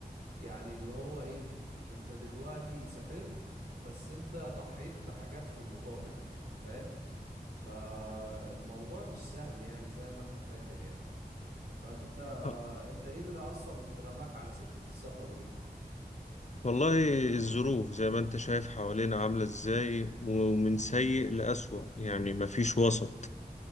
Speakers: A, on the right; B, on the left.
A: يعني اللي هو ايه انت دلوقتي سافرت بس انت ضحيت بحاجات في المقابل يعني فاهم فالموضوع مش سهل يعني زي ما انت فاكر يعني فانت آه،
B: آه،
A: انت ايه اللي اصلا رماك على سكة السفر دي
B: والله الظروف زي ما انت شايف حوالينا عاملة ازاي ومن سيء لأسوأ يعني مفيش وسط